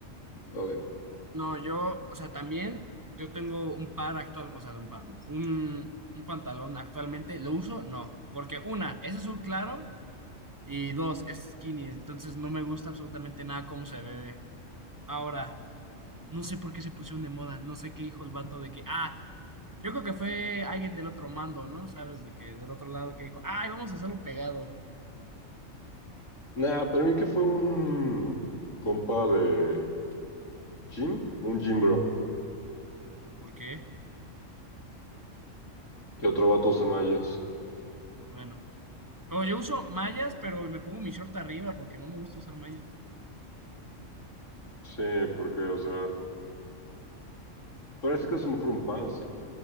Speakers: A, on the left (about 75°); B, on the right (about 25°).
A: odio.
B: No, yo, o sea, también yo tengo un par actual, o sea, de un par, no, un, un pantalón actualmente, ¿lo uso? No, porque una, es azul claro y dos, es skinny, entonces no me gusta absolutamente nada cómo se ve. Ahora, no sé por qué se pusieron de moda, no sé qué dijo el vato de que, ah, yo creo que fue alguien del otro mando, ¿no? ¿Sabes? De que del otro lado que dijo, ay, vamos a hacerlo pegado.
A: Nada, para mí que fue un compa de gym, un gym bro,
B: ¿Por qué?
A: que otro vato usa mallas.
B: Bueno, pero yo uso mallas, pero me pongo mi short arriba porque no me gusta usar mallas.
A: Sí, porque, o sea, parece que es mejor un Pans, ¿no?